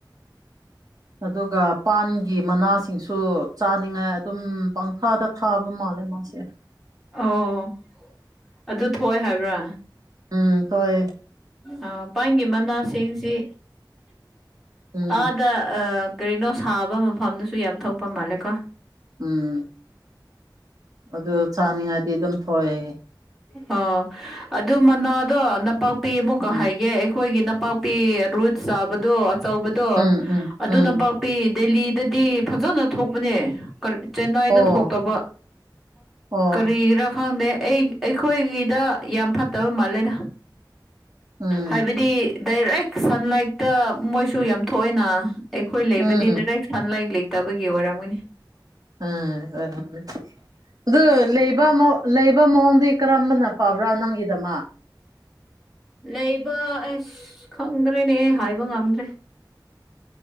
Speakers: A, on the right; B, in the centre.
A: ꯑꯗꯨꯒ ꯄꯥꯟꯒꯤ ꯃꯅꯥꯁꯤꯡꯁꯨ ꯆꯥꯅꯤꯡꯉꯥꯏ ꯑꯗꯨꯝ ꯄꯪꯊꯥꯗ ꯊꯥꯕ ꯃꯥꯜꯂꯦ ꯃꯥꯁꯦ
B: ꯑꯣ ꯑꯗꯨ ꯊꯣꯛꯑꯦ ꯍꯥꯏꯕ꯭ꯔꯥ
A: ꯎꯝ ꯍꯣꯏꯦ
B: ꯑ ꯄꯒꯤ ꯃꯅꯥꯁꯤꯡꯁꯤ
A: ꯎꯝ
B: ꯑꯥꯗ ꯀꯔꯤꯅꯣ ꯁꯥꯕ ꯃꯐꯝꯗꯨꯁꯨ ꯌꯥꯝ ꯊꯣꯛꯄ ꯃꯥꯜꯂꯦꯀꯣ
A: ꯎꯝ ꯑꯗꯨ ꯆꯥꯅꯤꯡꯉꯥꯏꯗꯤ ꯑꯗꯨꯝ ꯊꯣꯛꯑꯦ
B: ꯑꯣ ꯑꯗꯨ ꯃꯅꯥꯗꯣ ꯅꯄꯥꯛꯄꯤ ꯑꯃꯨꯛ
A: ꯎꯝ
B: ꯍꯥꯏꯒꯦ ꯑꯩꯈꯣꯏꯒꯤ ꯄꯥꯛꯄꯤ ꯔꯨꯠ ꯆꯥꯕꯗꯣ ꯑꯆꯧꯕꯗꯣ
A: ꯎꯝ ꯎꯝ
B: ꯑꯗꯨꯅ
A: ꯎꯝ
B: ꯄꯤꯤ ꯗꯦꯂꯤꯗꯗꯤ ꯐꯖꯅ ꯊꯣꯛꯄꯅꯦ ꯆꯦꯟꯅꯥꯏꯗ
A: ꯑꯣ
B: ꯊꯣꯛꯇꯕ
A: ꯑꯣ
B: ꯀꯔꯤꯒꯤꯔꯥ ꯈꯪꯗꯦ ꯑꯩ ꯑꯩꯈꯣꯏꯒꯤꯗ ꯌꯥꯝ ꯐꯠꯇꯕ ꯃꯥꯜꯂꯦꯗ
A: ꯎꯝ
B: ꯍꯥꯏꯕꯗꯤ ꯗꯥꯏꯔꯦꯛ ꯁꯟꯂꯥꯏꯠꯇ ꯃꯣꯏꯁꯨ ꯌꯥꯝ ꯊꯣꯛꯏꯅ ꯑꯩꯈꯣꯏ ꯂꯩꯕꯗꯤ
A: ꯎꯝ
B: ꯗꯥꯏꯔꯦꯛ ꯁꯟ ꯂꯥꯏꯔꯤꯛ ꯂꯩꯇꯕꯒꯤ ꯑꯣꯏꯔꯝꯃꯣꯏꯅꯤ
A: ꯑꯝ ꯑꯣꯏꯔꯅꯤ ꯑꯗꯨ ꯂꯩꯕ ꯂꯩꯕ ꯃꯑꯣꯡꯗꯤ ꯀꯔꯝꯕꯅ ꯐꯕ꯭ꯔꯥ ꯅꯪꯒꯤꯗꯃ
B: ꯂꯩꯕ ꯑꯁ ꯈꯪꯗ꯭ꯔꯦꯅꯦ ꯍꯥꯏꯕ ꯉꯝꯗ꯭ꯔꯦ